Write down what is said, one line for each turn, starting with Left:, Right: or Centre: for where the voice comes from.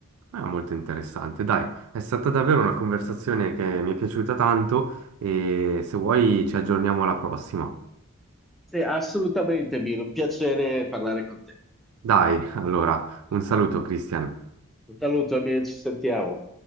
Right: È molto interessante. Dai, è stata davvero una conversazione che mi è piaciuta tanto e se vuoi ci aggiorniamo alla prossima.
Centre: Sì, assolutamente, Milo, un piacere parlare con te.
Right: Dai, allora, un saluto, Christian.
Centre: Un saluto, amici, ci sentiamo.